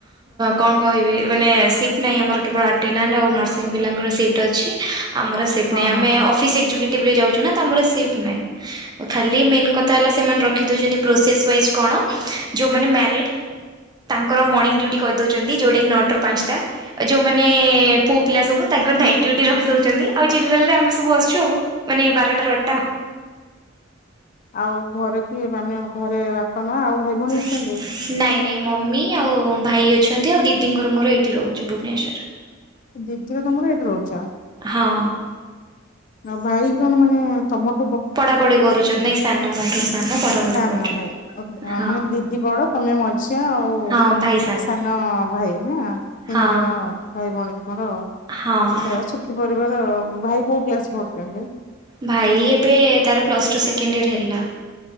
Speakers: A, on the right (about 20°); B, on the left (about 40°).
A: କଣ କହିବି ମାନେ ସିପ୍ ସିଫ୍ ନାହିଁ ଆମର କେବଳ ଆର୍ଟିନାନ୍ ଆଉ ନର୍ସିଂ ପିଲଙ୍କର ସି୍ ଅଛିମର ସିଫ୍ଟ
B: ହଁ
A: ନାହି
B: ହଁ
A: ଆମେ
B: ହଁ
A: ଅଫି ଏକ୍ଜିକୁଟିଭରେ ଯାଉଛ ତମର ସିଫ୍ଟ ନାହିଁ ଖାଲି ମେନ୍ କଥା ହେଲା ସେମାନେ ରଖିଦଉଛନ୍ତି। ଣ ଯଉ ମଡ ତାଙ୍କର ମଣିଗ୍ କରି ଛନ୍ତି ଯେଉଁଟାକି ନଅଟାରୁ ପାଞ୍ଚଟା ଉ ଯୋଉମାନେ ପୁଅ ପିଲା ସବୁ ତାଙ୍କର ନାଇଟ୍ ଡୁଟି ରଖି ଦଉଛନ୍ତି ଆଉ ଜେନେରାଲ ରେ ଆମେ ସବୁ ଆସଛୁ ଆଉ। ମାନେ ବରଟରୁ ଅଟା
B: ଆଉ ଘରେ କିଏ ଆମେ ଘରେ ବାପା ମା ଆଉ ଭାଇ ଭଉଣୀ
A: <inaudible>
B: ଅଛନ୍ତି?
A: ନାଇଁ ନାଇଁ ମମି ଆଉ ଭାଇ ଅଛନ୍ତି ଆଉ ଦିଦିଙ୍କର ମୋର ଏଇଠି ରହୁଛି ଭୁବନେଶ୍ଵର।
B: ଦିଦିର ତମର ଏଇଠି ରହୁଛ?
A: ହଁ।
B: ଆଉ ଭାଇ କଣ ମାନେ ତମ
A: ପଢା ପଢି କରୁଛଛନ୍ତି ନାଇଁ ସାନ ମୋଠୁ ସାନ ପଢ଼ାପଢ଼ି
B: ସାନ
A: କରୁଛନ୍ତି।
B: ନ ଭାଇ
A: ହଁ
B: ମାନେ ଦିଦି ବଡ ତମେ ମଝିଆ ଆଉ
A: ହଁ ଭାଇ
B: ସାନ ଭାଇ ନା ତିନି
A: ହଁ
B: ଜଣ ଭାଇ ଭଉଣୀ ତୁମର
A: ହଁ ହଁ।
B: ଯାହଉ ସୁଖୀ ପରିବାର ଆଉ। ଭାଇ କୋଉ କ୍ଲାସ୍ ପଢୁଚନ୍ତି?
A: ଭାଇ ଏବେ ତାର ପ୍ଲସ୍ ଟୁ ସେକେଣ୍ଡ ଇୟର୍ ହେଲା।